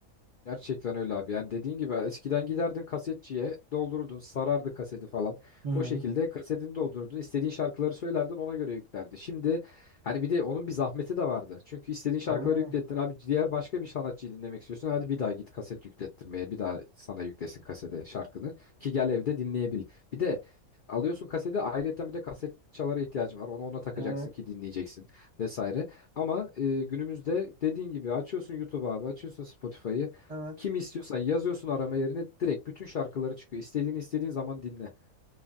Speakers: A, on the left (about 55°); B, on the right (about 30°).
A: Gerçekten öyle abi. Yani dediğin gibi eskiden giderdin kasetçiye doldururdun, sarardı kaseti falan.
B: Hı hı.
A: O şekilde kasetini doldururdun, istediğin şarkıları söylerdin ona göre yüklerdi. Şimdi hani bir de onun bir zahmeti de vardı. Çünkü istediğin şarkıları
B: Tabii.
A: yüklettin abi diğer başka bir sanatçıyı dinlemek istiyorsun. Hadi bir daha git kaset yüklettirmeye bir daha sana yüklesin kasede şarkını ki gel evde dinleyebil. Bir de alıyorsun kaseti ayrıyeten bir de kaset çalara ihtiyacın var. Onu ona takacaksın
B: Evet.
A: ki dinleyeceksin vesaire. Ama e, günümüzde dediğin gibi açıyorsun YouTube abi, açıyorsun Spotify'ı.
B: Evet.
A: Kimi istiyorsan yazıyorsun arama yerine direkt bütün şarkıları çıkıyor. İstediğini istediğin zaman dinle.